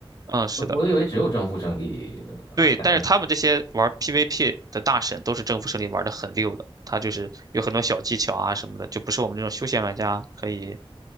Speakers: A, on the right; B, on the left.
A: 嗯，是的，
B: 我我以为只有征服胜利呃才能。
A: 对，但是他们这些玩 PVP 的大神都是征服胜利玩的很溜的，他就是有很多小技巧啊什么的，就不是我们这种休闲玩家可以